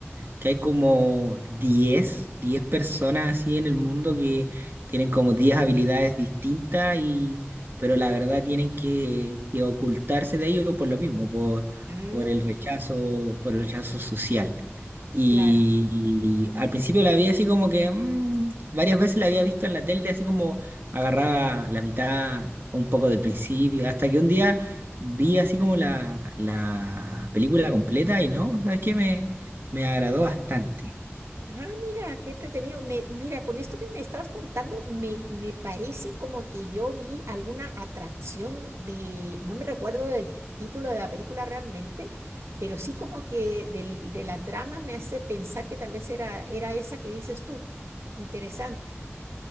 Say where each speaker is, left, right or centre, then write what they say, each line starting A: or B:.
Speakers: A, on the right (about 50°); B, on the right (about 70°).
A: que hay como diez 10 personas así en el mundo que tienen como 10 habilidades distintas y, pero la verdad tienen que, que ocultarse de ello por lo mismo, por,
B: Ah,
A: por el rechazo, por el rechazo social. Y,
B: claro.
A: al principio la vi así como que mm, varias veces la había visto en la tele, así como agarraba la mitad o un poco del principio, hasta que un día vi así como la, la película completa y no, ¿sabes qué? Me agradó bastante.
B: Ah, mira, qué entretenido. Me, mira, con esto que me estabas contando, me, me parece como que yo vi alguna atracción de, no me recuerdo del título de la película realmente, pero sí como que del- de la trama me hace pensar que tal vez era, era esa que dices tú. Interesante.